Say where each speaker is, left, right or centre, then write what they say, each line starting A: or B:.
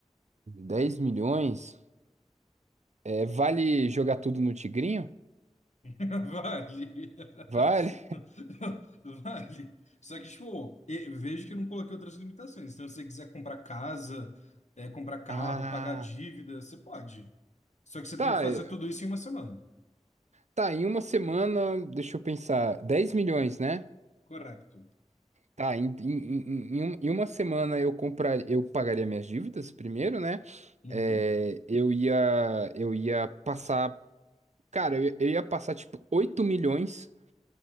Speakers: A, on the right; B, on the left.
A: 10 milhões? É, vale jogar tudo no Tigrinho?
B: <laughs> Vale. <laughs>
A: Vale?
B: Vale. Só que, tipo, e- vejo que eu não coloquei outras limitações. Então, se você quiser comprar casa, é, comprar carro,
A: Ah,
B: pagar dívida, você pode. Só que você
A: tá.
B: tem que fazer
A: é,
B: tudo isso em uma semana.
A: Tá, em uma semana, deixa eu pensar. 10 milhões, né?
B: Correto.
A: Tá, em, em, em, em um- em uma semana eu comprar, eu pagaria minhas dívidas primeiro, né?
B: Uhum.
A: É, eu ia, eu ia passar, cara, eu, ia eu ia passar tipo 8 milhões